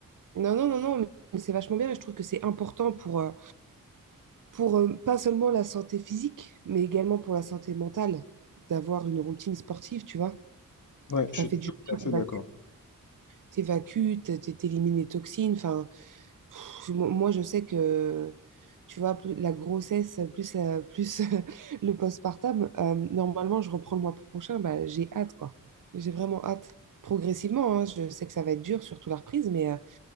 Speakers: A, on the right (about 65°); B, on the left (about 60°).
A: non, non, non, non, mais c'est vachement bien et je trouve que c'est important pour, euh, pour euh, pas seulement la santé physique, mais également pour la santé mentale, d'avoir une routine sportive, tu vois.
B: Ouais,
A: Ça
B: je suis
A: fait
B: tout
A: du bien,
B: à fait
A: ça va
B: d'accord.
A: t'évacues, t'élimines les toxines. Enfin, moi, je sais que, tu vois, plus la grossesse, plus, la- plus <laughs> le postpartum, euh, normalement, je reprends le mois prochain. Bah, j'ai hâte, quoi. J'ai vraiment hâte. Progressivement, hein, je sais que ça va être dur, surtout la reprise, mais, euh,